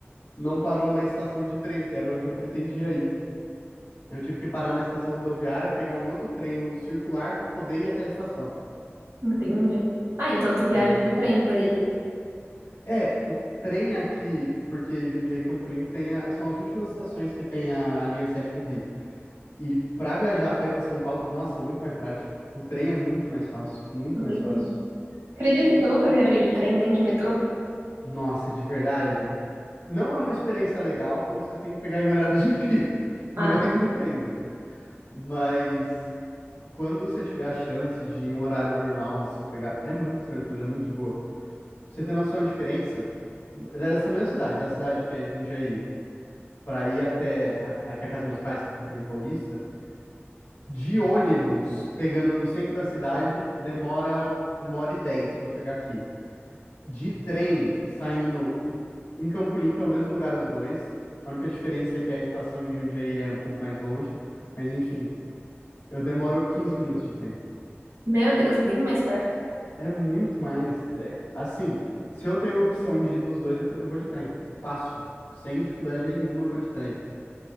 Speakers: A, on the left; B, on the right.
A: Não parou na estação de trem, que era onde eu pretendia ir. Eu tive que parar na estação rodoviária, pegar um outro trem um circular para poder ir até a estação.
B: Entendi. Ah, então tu viaja
A: Aí,
B: de trem por aí.
A: é, o trem aqui, porque Jundiaí e Campo Limpo tem a- são as últimas estações que tem a linha sete Rubi. E para viajar para ir para São Paulo, nossa, é muito mais prático. O trem é muito mais fácil, muito
B: Entendi.
A: mais fácil.
B: Acredita que eu nunca viajei de trem nem de metrô?
A: Nossa, de verdade, não é uma experiência legal quando você tem que pegar em horário de pico. Não
B: Ah,
A: <laughs> recomendo. Mas quando você tiver a chance de ir em um horário normal assim pegar, é muito tranquilo, é muito de boa. Pra você ter noção da diferença, dessa mesma cidade, da cidade que é Jundiaí, pra ir até a- aqui a casa dos meus pais, que é Campo Limpo Paulista, de ônibus, pegando no centro da cidade, demora uma hora e dez pra chegar aqui. De trem, saindo em Campo Limpo, é o mesmo lugar os dois. A única diferença é que a estação em Jundiaí é um pouco mais longe, mas enfim, eu demoro 15 minutos de trem.
B: meu Deus, bem mais perto.
A: É muito mais. É, assim, se eu tenho a opção de ir dos dois, eu, pre- eu vou de trem. Fácil. Sem dificuldade nenhuma, eu vou de trem.